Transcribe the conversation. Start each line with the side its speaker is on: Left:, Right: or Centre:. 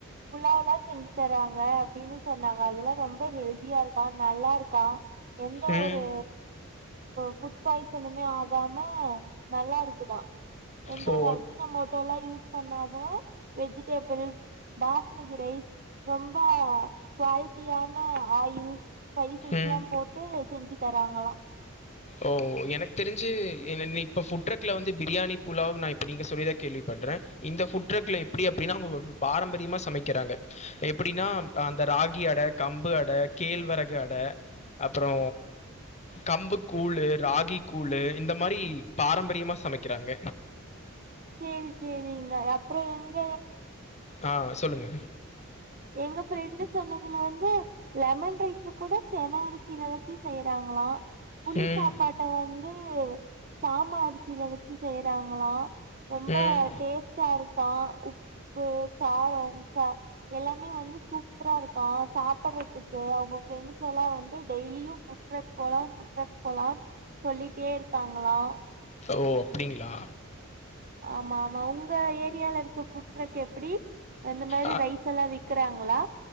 Right: புலாவ்லா செஞ்சு தராங்க அப்புடின்னு சொன்னாங்க அதெல்லாம் ரொம்ப ஹெல்தியா இருக்கா நல்லா இருக்கான் எந்த
Left: ம்
Right: ஒரு ஃபுட் பாய்சனுமே ஆகாம நல்லா இருக்கு க்குதா எந்த
Left: ஸோ
Right: ஒரு அஜினோ மோட்டோல்லா யூஸ் பண்ணாத வெஜிடபிள்ஸ் பாஸ்மதி ரைஸ் ரொம்ப குவாலிட்டியான ஆயில் ஸ்பைசஸ்
Left: ம்
Right: எல்லா போட்டு செஞ்சு தாராங்களாம்
Left: ஓ எனக்கு தெரிஞ்சு இப்ப புட்ரக்ல வந்து பிரியாணி புலாவ் நா இப்ப நீங்க சொல்லி கேள்விப்ப டுறேன் இந்த ஃபுட் ட்ரக்ல எப்புடி அப்படின்னா அவுங்க பாரம்பரியமா சமைக்கிறாங்க எப்புடின்னா அந்த ராகி அட கம்பு அட கேழ்வரகு அட அப்றோ கம்பு கூழு ராகி கூழு இந்த மாரி பாரம்பரியமா சமைக்குறாங்க
Right: சேரி சேரிங்க அப்றோ எங்க
Left: ஆஹ் சொல்லுங்க
Right: எங்க ஃபிரெண்டு சொன்னதுல வந்து லெமன் ரைஸ்சு கூட தென அரிசியில வச்சு செய்யுறாங்க ஆமா புளி
Left: ம்.
Right: சாப்பாட்ட வந்து சாம அரி சியில வச்சு செய்யுறாங்களா ரொம்ப
Left: ம்.
Right: டேஸ்டா இருக்கா உப்பு காரம் எல்லாமே வந்து சூப்பரா இருக்கா சாப்ட்டுறதுக்கு அவுங்க ஃப்ரெண்ட்ஸ் எல்லாம் வந்து டெய்லியும் ஃபுட் ட்ரக் போலா ஃபுட் ட்ரக்கு போலாம்னு சொல்லிட்டே இருக்காங்களா
Left: ஓ அப்புடிங்களா
Right: ஆமா ஆமா உங்க ஏரியால இருக்க ஃபுட் ட்ரக் எப்டி இந்த மாரி
Left: அ
Right: ரைஸ் எல்லா விக் குறாங்களா